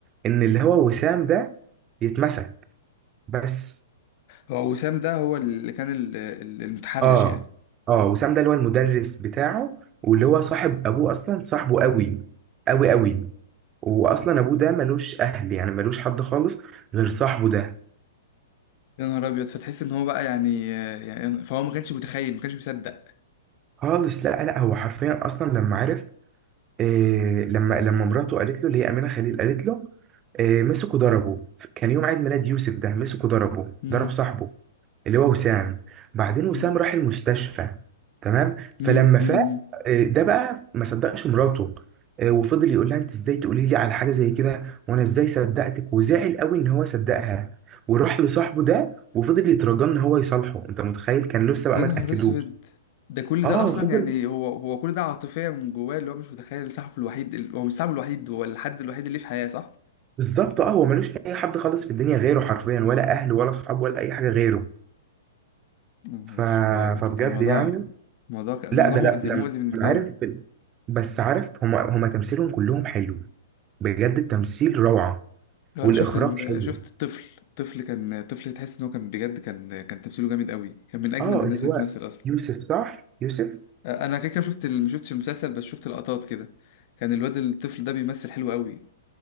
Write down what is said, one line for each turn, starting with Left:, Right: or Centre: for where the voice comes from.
Right: ان اللي هو وسام ده يتمسك بس
Left: هو وسام ده هو اللي كان ال- ال- المتحرش
Right: اه
Left: يعني
Right: اه وسام ده اللي هو المدرس بتاعه واللي هو صاحب ابوه اصلا صاحبه قوي قوي قوي واصلا ابوه ده ملوش اهل يعني ملوش حد خالص غير صاحبه ده
Left: يا نهار ابيض فتحس ان هو بقى يعني يعني فهو ما كانش متخيل ما كانش مصدق
Right: خالص لا لا هو حرفيا اصلا لما عرف إيه لما لما مراته قالت له اللي هي امينه خليل قالت له إيه مسكوا ضربه كان يوم عيد ميلاد يوسف ده مسكوا ضربه
Left: مم.
Right: ضرب صاحبه اللي هو وسام بعدين وسام
Left: مم.
Right: راح المستشفى تمام
Left: مم.
Right: فلما فاق
Left: مم.
Right: آه، ده بقى ما صدقش مراته آه، وفضل يقول لها انت ازاي تقولي لي على حاجه زي كده وانا ازاي صدقتك وزعل قوي ان هو صدقها وراح لصاحبه ده وفضل يترجى ان هو يصالحه انت متخيل كان لسه بقى
Left: يا
Right: ما
Left: نهار
Right: تاكدوش
Left: اسود ده كل
Right: اه
Left: ده اصلا
Right: فضل
Left: يعني هو هو كل ده عاطفيا من جواه اللي هو مش متخيل صاحبه الوحيد هو مش صاحبه الوحيد هو الحد الوحيد اللي في حياة صح؟
Right: بالظبط اه هو ملوش اي حد خالص في الدنيا غيره حرفيا ولا اهله ولا صحابه ولا اي حاجه غيره
Left: يا نهار
Right: ف...
Left: اسود بجد
Right: فبجد
Left: كان الموضوع
Right: يعني
Left: الموضوع كان
Right: لا
Left: الموضوع
Right: ده
Left: مؤذي
Right: لا لما
Left: مؤذي بالنسبة
Right: عارف
Left: له
Right: بس عارف هما هما تمثيلهم كلهم حلو بجد التمثيل روعة
Left: انا
Right: والإخراج
Left: شفت الم-
Right: حلو
Left: شفت الطفل الطفل كان الطفل تحس ان هو كان بجد كان كان تمثيله جامد قوي كان من اجمد
Right: اه
Left: الناس
Right: اللي
Left: اللي
Right: هو
Left: بتمثل اصلا
Right: يوسف صح يوسف
Left: انا كده كده شفت ال- ما شفتش المسلسل بس شفت لقطات كده كان الواد الطفل ده بيمثل حلو قوي